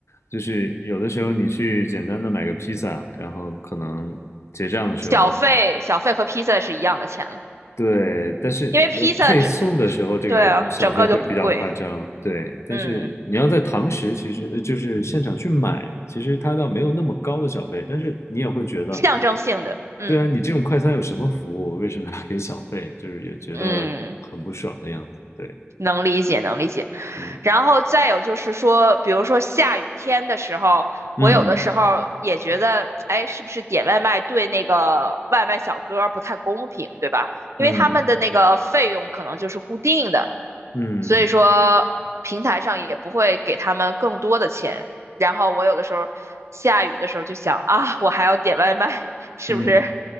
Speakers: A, on the left (about 80°); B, on the right (about 85°).
A: 就是有的时候你去简单的买个披萨，然后可能结账的时候
B: 小费小费和披萨是一样的钱了，
A: 对，但是呃配送的时候这个小费会比较夸张，
B: 因为披萨整呃对啊整个就不贵，
A: 对。但是你要在堂食，
B: 嗯，
A: 其实呃就是现场去买，其实它倒没有那么高的小费，但是你也会觉得，
B: 象征性的，嗯
A: 对啊，你这种快餐有什么服务？为什么要给小费？就是也觉得很不爽的样子，
B: 嗯，
A: 对，
B: 能理解能理解。
A: 嗯
B: 然后再有就是说，比如说下雨天的时候，
A: 嗯
B: 我有的时候也觉得，哎，是不是点外卖对那个外卖小哥儿不太公平，对吧？因为他们的那个费用可能就是固定的，
A: 嗯嗯嗯
B: 所以说平台上也不会给他们更多的钱。然后我有的时候下雨的时候就想啊，我还要点外卖，是不是
A: 嗯。